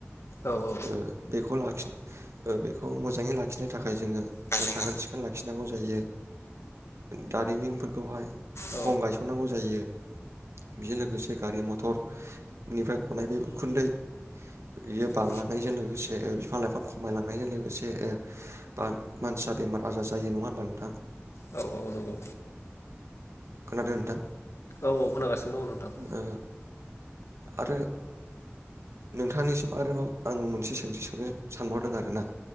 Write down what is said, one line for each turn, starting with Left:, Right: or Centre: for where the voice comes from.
Left: औ औ
Right: ओ बेखौ लाखि ओ बेखौ मोजाङै लाखिनो थाखाय थाखाय जोङो
Left: जोङो
Right: साखोन-सिखोन लाखि खिनांगौ जायो। दारिमिनफोरखौहाय
Left: औ
Right: खम गायसननांगौ जायो बेजों लोगोसे गारि मथरनिफ्राय गनाय बे उखुन्दै बेयो बांलांनायजों
Left: औ
Right: लोगोसे जे बिफां लाइफां खमायलांनायजों लोगोसे बा मानसिया बेमार आजार जायो नंङा होनबा नोंथां?
Left: औ औ नंगौ
Right: खोनादों नोंथां?
Left: औ औ खोनागासिनो दंङ नोंथां
Right: ओ आरो नोंथांनिसिम आरोबाव आं मोनसे सोंथि सोंनो सानबावदों आरोना।